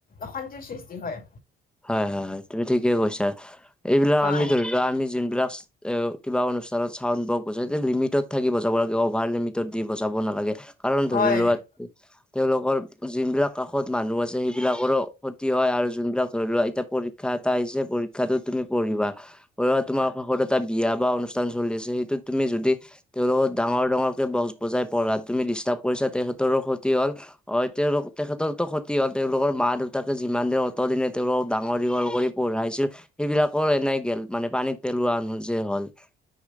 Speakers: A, on the left; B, in the centre.
A: অশান্তিৰ সৃষ্টি হয়।
B: হয় হয় হয়, তুমি ঠিকেই কৈছা। এইবিলাক
A: হয়
B: আমি ধৰি লোৱা আমি যোনবিলাক এ কিবা অনুষ্ঠানত চাউন বক বজায় লিমিটত থাকি বজাব লাগে অভাৰ লিমিটত দি বজাব নালাগে। কাৰণ
A: হয়
B: ধৰিলোৱা তেওঁলোকৰ যোন বিলাক কাষত মানুহ আছে সেইবিলাকৰো ক্ষতি হয় আৰু যোনবিলাক ধৰি লোৱা এতিয়া পৰীক্ষা এটা আহিছে পৰীক্ষাটোত তুমি পঢ়িবা ধযৰা তোমাৰ কাষত এটা বিয়া বা অনুষ্ঠান চলি আছে সেইটোত তুমি যদি তেওঁলোকক ডাঙৰ-ডাঙৰকে বক্স বজাই পঢ়া তুমি ডিষ্টাৰ্ব কৰিছা তেখেতৰো ক্ষতি হল হয় তেওঁলোক তেখেতৰ ত' ক্ষতি হল তেওঁলোকৰ মা-দেউতাকে যিমান দিন অতদিনে তেওঁলকক ডাঙৰ দীঘল কৰি পঢ়াইছিল, সেইবিলাকো এনেই গেল মানে পানীত পেলোৱা যে হ'ল। <inaudible>